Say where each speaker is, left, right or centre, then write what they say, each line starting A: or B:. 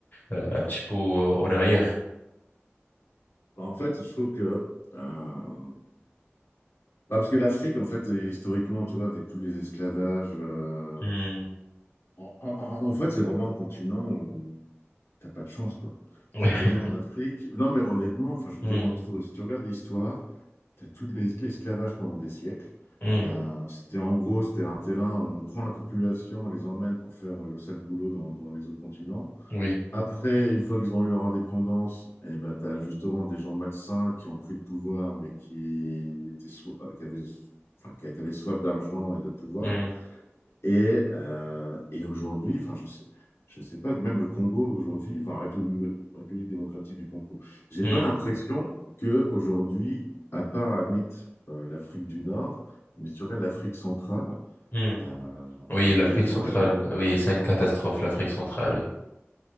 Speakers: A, on the left; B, on the left.
A: euh, un petit peu euh, en arrière.
B: Bah, En fait, je trouve que. euh, bah, parce que l'Afrique, en fait, est- historiquement, tu vois, avec tous les esclavages. euh,
A: Hmm.
B: en, en- en- en fait, c'est vraiment un continent où t'as pas de chance, quoi.
A: Ouais.
B: Si t'es né en Afrique. Non, mais honnêtement, enfin, je veux
A: Hmm.
B: dire, entre. Si tu regardes l'histoire. T'as tout l'es- l'esclavage pendant des siècles.
A: Hmm.
B: Euh, c'était en gros, c'était un terrain où on prend la population, on les emmène pour faire euh, le sale boulot dans, dans les autres continents.
A: Oui.
B: Après, une fois qu'ils ont eu leur indépendance, eh ben, tu as justement des gens malsains qui ont pris le pouvoir, mais qui étaient soi- euh, qui avaient, enfin, qui qui avaient soif d'argent et de pouvoir
A: Hmm.
B: et, euh, et aujourd'hui, enfin, je sais, je sais pas, même le Congo aujourd'hui, enfin, République, République démocratique du Congo, j'ai
A: Hmm.
B: pas l'impression que aujourd'hui, à part à mythe, euh, l'Afrique du Nord, mais sur elle, l'Afrique centrale,
A: Hmm.
B: euh,
A: Oui,
B: il n'y
A: l'Afrique
B: a que des problèmes.
A: centrale. Oui, c'est une catastrophe, l'Afrique centrale, oui.